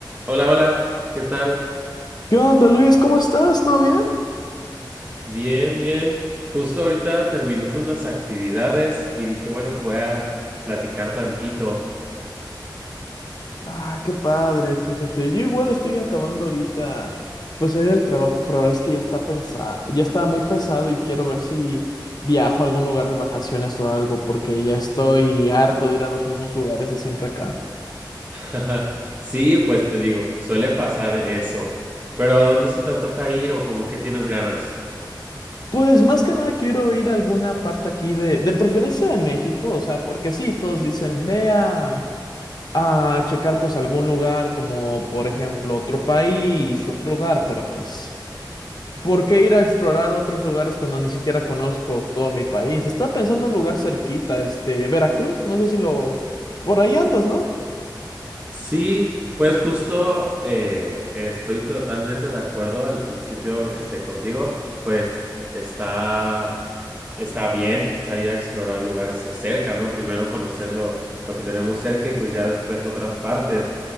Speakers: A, on the right (about 20°); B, on the left (about 55°).
A: Hola, hola, ¿qué tal?
B: ¿Qué onda, Luis? ¿Cómo estás? ¿Todo bien?
A: Bien, bien. Justo ahorita terminando unas actividades y dije, bueno, voy a platicar tantito.
B: Ah, qué padre, fíjate. Yo igual estoy acabando ahorita, pues salir del trabajo, pero la verdad es que ya está pensado, ya está muy pesado y quiero ver si viajo a algún lugar de vacaciones o algo, porque ya estoy harto de ir a los mismos lugares de siempre acá.
A: <laughs> Sí, pues te digo, suele pasar eso. Pero ¿a dónde se te antoja ir o como que tienes ganas?
B: Pues más que nada quiero ir a alguna parte aquí de, de preferencia de México, o sea, porque sí, todos dicen, ve a, a checar pues algún lugar como, por ejemplo, otro país, otro lugar, pero pues... ¿Por qué ir a explorar otros lugares cuando ni siquiera conozco todo mi país? Estaba pensando en un lugar cerquita, este, Veracruz, no sé si lo... Por ahí andas, ¿no?
A: Sí, pues justo eh, estoy totalmente de acuerdo al principio este, contigo, pues está, está bien salir a explorar lugares de cerca, ¿no? Primero conocer lo, lo que tenemos cerca y pues ya después otras partes.